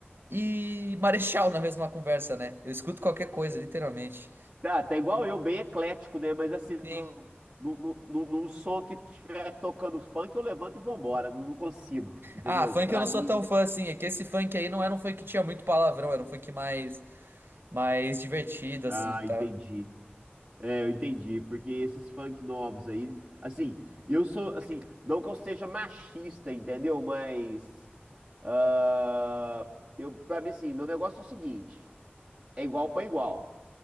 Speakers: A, on the right; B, on the right.
A: e Marechal na mesma conversa, né? Eu escuto qualquer coisa, literalmente.
B: Ah, tá igual eu, bem eclético, né? Mas assim, no,
A: Sim.
B: no, no, no- num som que estiver tocando funk, eu levanto e vambora. Não, não consigo, entendeu?
A: Ah, funk
B: Pra
A: eu não
B: mim.
A: sou tão fã assim. É que esse funk aí não era um funk que tinha muito palavrão, era um funk mais, mais divertido, assim,
B: Ah,
A: tá?
B: entendi. É, eu entendi, porque esses funk novos aí, assim, eu sou, assim, não que eu seja machista, entendeu? Mas, ah, eu, pra mim, assim, meu negócio é o seguinte, é igual pra igual.